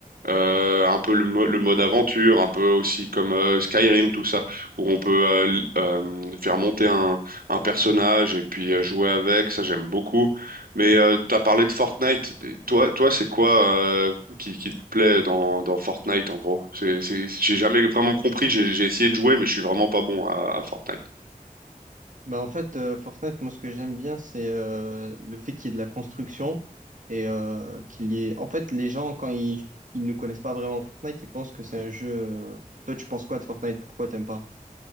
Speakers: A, on the right (about 80°); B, on the right (about 60°).
A: euh, un peu le, mo- le mode aventure, un peu aussi comme euh, Skyrim tout ça où on peut euh, l- euh, faire monter un un personnage et puis euh, jouer avec. Ça j'aime beaucoup. Mais euh, t'as parlé de Fortnite. Toi, toi, c'est quoi euh, qui, qui te plaît dans, dans Fortnite en gros? C'est, c'est, j'ai jamais vraiment compris. J'ai, j'ai essayé de jouer, mais je suis vraiment pas bon à, à Fortnite.
B: Bah, en fait, euh, Fortnite, moi, ce que j'aime bien, c'est euh, le fait qu'il y ait de la construction et euh, qu'il y ait... En fait, les gens, quand ils, ils ne connaissent pas vraiment Fortnite, ils pensent que c'est un jeu... euh, Toi, tu penses quoi de Fortnite? Pourquoi t'aimes pas?